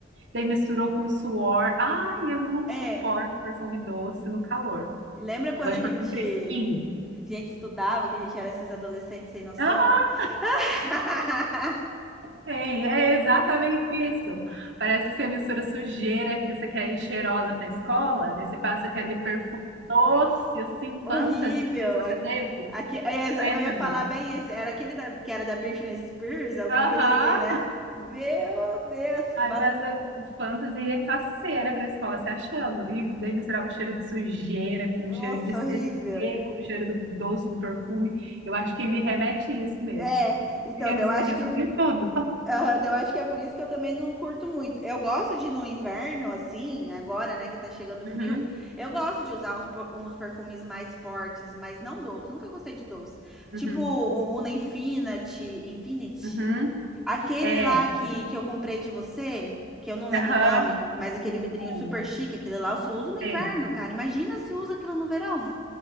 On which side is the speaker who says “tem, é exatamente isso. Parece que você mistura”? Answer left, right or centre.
Right